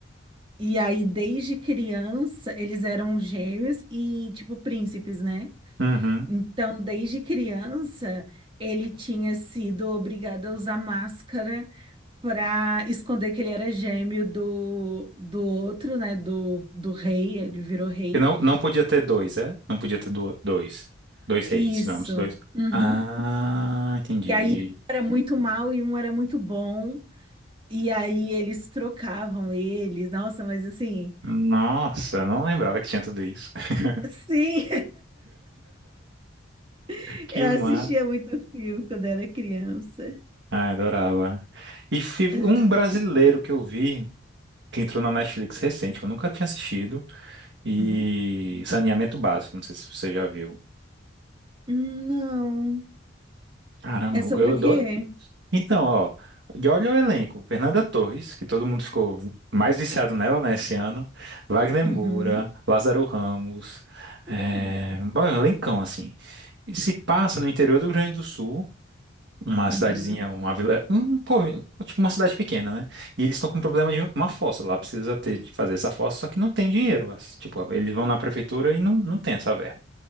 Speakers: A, on the right (about 25°); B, on the right (about 60°).
A: E aí, desde criança, eles eram gêmeos e tipo príncipes, né?
B: Uhum.
A: Então, desde criança, ele tinha sido obrigado a usar máscara pra esconder que ele era gêmeo do, do outro, né? Do, do rei, ele virou rei.
B: Que não, não podia ter dois, é? Não podia ter du- dois. Dois reis,
A: Isso.
B: digamos, dois.
A: Uhum.
B: Ah, entendi.
A: E aí um era muito mal e um era muito bom. E aí eles trocavam eles. Nossa, mas assim,
B: Nossa, não lembrava que tinha tudo isso. <laughs>
A: sim, <laughs>
B: Que
A: eu
B: má.
A: assistia muito filme quando era criança.
B: Ah, adorava. E fi-
A: Uhum.
B: um brasileiro que eu vi, que entrou na Netflix recente, que eu nunca tinha assistido, e
A: Uhum.
B: Saneamento Básico, não sei se você já viu.
A: Não.
B: Caramba,
A: É sobre
B: eu,
A: o quê?
B: Então, ó, e olha o elenco. Fernanda Torres, que todo mundo ficou vi- mais viciado nela, né, esse ano. Wagner Moura,
A: Uhum.
B: Lázaro Ramos. É...
A: Hum.
B: Bom, é um elencão, assim. E se passa no interior do Rio Grande do Sul, uma
A: Uhum.
B: cidadezinha, uma vila, um, povo- tipo uma cidade pequena, né? E eles estão com problema de uma fossa lá, precisa ter de fazer essa fossa, só que não tem dinheiro. as- Tipo, eles vão na prefeitura e não, não tem essa verba.